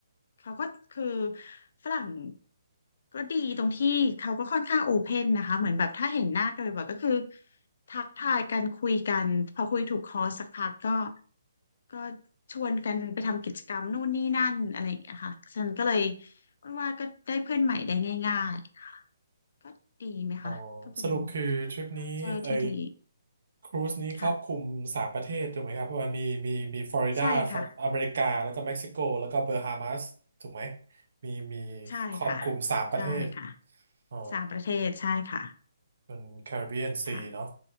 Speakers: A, on the left; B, on the right.
A: เขาก็คือฝรั่ง ก็ดีตรงที่เขาก็ค่อนข้างโอเพนนะคะเหมือนแบบถ้าเห็นหน้ากันบ่อยๆก็คือทักทายกันคุยกันพอคุยถูกคอสักพักก็ก็ชวนกันไปทำกิจกรรมนู่นนี่นั่นอะไรอย่างเงี้ยค่ะฉันก็เลยว่าก็ได้เพื่อนใหม่ได้ง่ายๆก็ดีไหมคะก็เป็น
B: อ๋อสรุปคือทริปนี้ไอ้
A: culture ที่ดี
B: ครูซนี้ครอบคลุมสามประเทศถูกไหมครับว่ามีมีมีฟลอริดาของอเมริกาแล้วก็เม็กซิโกแล้วก็เบอร์ฮามาสถูกไหม
A: ค่ะใช่ค่ะ
B: มีมี
A: ใช่ค่ะ
B: ครอบคลุมสามประเทศ
A: ใช่ค่ะ
B: อ๋อ
A: สามประเทศใช่ค่ะ
B: เป็นแคริบเบียนซีเนาะ
A: ค่ะ